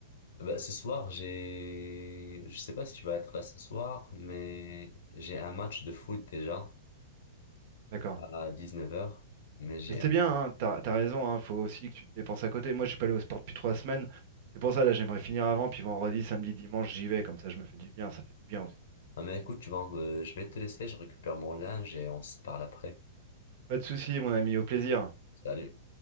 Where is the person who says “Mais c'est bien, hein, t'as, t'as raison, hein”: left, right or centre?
Right